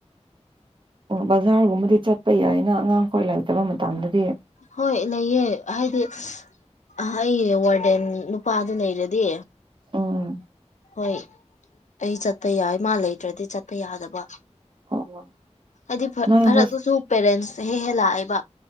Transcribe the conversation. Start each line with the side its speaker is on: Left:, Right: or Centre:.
Right: ꯑꯣ ꯕꯖꯥꯔꯒꯨꯝꯕꯗꯤ ꯆꯠꯄ ꯌꯥꯏꯅ ꯑꯉꯥꯡꯈꯣꯏ ꯂꯩꯇꯕ ꯃꯇꯝꯗꯗꯤ
Left: ꯍꯣꯏ ꯂꯩꯌꯦ ꯍꯥꯏꯗꯤ ꯑꯍꯩ ꯋꯥꯔꯗꯦꯟ ꯅꯨꯄꯥꯗꯨ ꯂꯩꯔꯗꯤ
Right: ꯎꯝ
Left: ꯍꯣꯏ ꯑꯩ ꯆꯠꯄ ꯌꯥꯏ ꯃꯥ ꯂꯩꯇ꯭ꯔꯗꯤ ꯆꯠꯄ ꯌꯥꯗꯕ
Right: ꯑꯣ
Left: ꯑꯗꯤ ꯐ
Right: ꯅꯣꯏ
Left: ꯐꯔꯛꯇꯨꯁꯨ
Right: ꯍꯣꯁ
Left: ꯄꯦꯔꯦꯟꯁ ꯍꯦ ꯍꯦꯛ ꯂꯥꯛꯑꯦꯕ